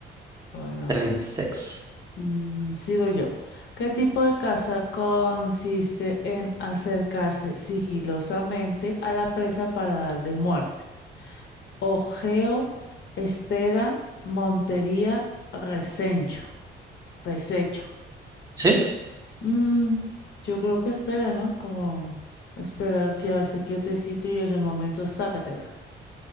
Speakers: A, on the left; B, on the right.
A: Bueno,
B: setenta
A: bueno.
B: y seis.
A: Mm, sigo yo. ¿Qué tipo de caza consiste en acercarse sigilosamente a la presa para darle muerte? Ojeo, Espera, Montería, Resencho, Resecho.
B: Sí,
A: Mm, yo creo que espera, ¿no? Como esperar, quedarse quietecito y en el momento sácatelas.